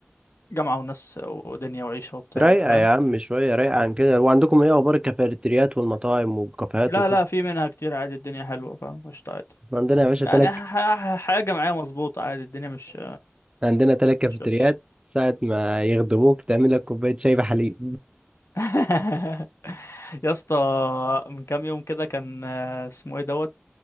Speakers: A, on the left (about 85°); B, on the right (about 25°).
A: كجامعة وناس ودنيا وعيشة وبتاع
B: رايقة
A: انت فاهم
B: يا عم شوية رايقة عن كده وعندكم ايه اخبار الكافيتريات والمطاعم والكافيهات
A: لا
B: وكده
A: لا في منها كتير عادي الدنيا حلوة فاهم قشطة عادي
B: عندنا يا باشا
A: يعني
B: تلات
A: ح- ح- حياة جامعية مظبوطة عادي الدنيا مش
B: عندنا ثلاث كافيتريات
A: مش وحشة
B: ساعة ما يخدموك تعمل لك كوباية شاي بحليب
A: <laughs> يا اسطى من كام يوم كده كان آه، اسمه ايه دوت